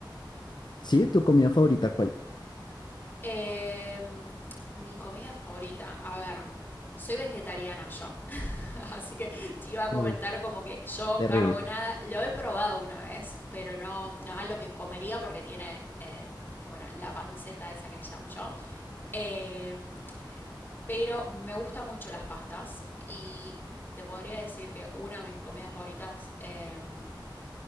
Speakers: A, on the left; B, on the left.
A: sí, ¿tu comida favorita cuál es?
B: Em, mi comida favorita, a ver, soy vegetariana yo, <laughs> Así que te iba a comentar
A: Uh,
B: como que yo
A: terrible.
B: carbonada lo he probado una vez, pero no, no es algo que comería porque tiene, eh, bueno, la panceta esa que llamo yo. Eh, pero me gustan mucho las pastas y te podría decir que una de mis comidas favoritas, eh,